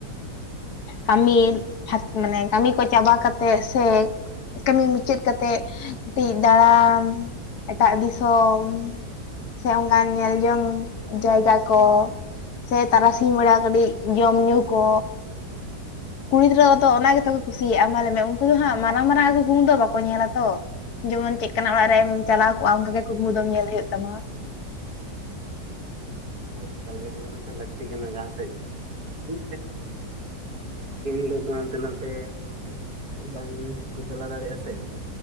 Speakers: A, on the left; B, on the right.
A: ᱠᱟᱹᱢᱤ ᱢᱟᱱᱮ ᱠᱟᱹᱢᱤ ᱠᱚ ᱪᱟᱵᱟ ᱠᱟᱛᱮᱜ ᱥᱮ ᱠᱟᱹᱢᱤ ᱢᱩᱪᱟᱹᱫ ᱠᱟᱛᱮᱫ ᱠᱟᱴᱤᱡ ᱫᱟᱬᱟᱱ ᱮᱴᱟᱜ ᱫᱤᱥᱚᱢ ᱥᱮ ᱚᱱᱠᱟᱱ ᱧᱮᱞ ᱡᱚᱝ ᱡᱟᱭᱜᱟ ᱠᱚ ᱥᱮ ᱛᱟᱨᱟᱥᱤᱧ ᱵᱮᱲᱟ ᱠᱟᱹᱴᱤᱡ ᱡᱚᱢᱧᱩ ᱠᱚ ᱠᱩᱲᱤ ᱜᱤᱫᱽᱨᱟᱹ ᱢᱟᱛᱚ ᱚᱱᱟ ᱜᱮᱛᱚ ᱠᱚ ᱠᱩᱥᱤᱭᱟᱜᱼᱟ ᱢᱟ ᱞᱮᱭ ᱢᱮ ᱩᱱᱠᱩ ᱫᱚ ᱦᱟᱸᱜ ᱢᱟᱨᱟᱝ ᱢᱟᱨᱟᱝ ᱟᱹᱜᱩ ᱠᱩᱠᱢᱩ ᱫᱚ ᱵᱟᱠᱚ ᱧᱮᱞᱟ ᱛᱚ ᱡᱮᱢᱚᱱ ᱪᱤᱫ ᱠᱟᱱ ᱟᱜ ᱚᱲᱟᱜ ᱨᱮᱢ ᱪᱟᱞᱟᱣ ᱠᱚᱜᱼᱟ ᱚᱱᱠᱟ ᱜᱮ ᱠᱩᱠᱢᱩ ᱫᱚᱢ ᱧᱮᱞ ᱦᱩᱭᱩᱜ ᱛᱟᱢᱟ
B: ᱦᱳᱭ ᱮᱠᱟᱞ ᱜᱮ ᱚᱱᱟ ᱢᱟ ᱛᱚ ᱞᱟᱠᱛᱤ ᱠᱟᱱᱟ ᱡᱟᱦᱟᱸ <inaudible> ᱛᱤᱱ ᱦᱤᱞᱳᱜ ᱫᱚ ᱦᱟᱱᱛᱮ ᱱᱟᱱᱛᱮ ᱵᱟᱝ ᱠᱚ ᱪᱟᱞᱟ ᱫᱟᱲᱮᱭᱟᱜᱼᱟ ᱥᱮ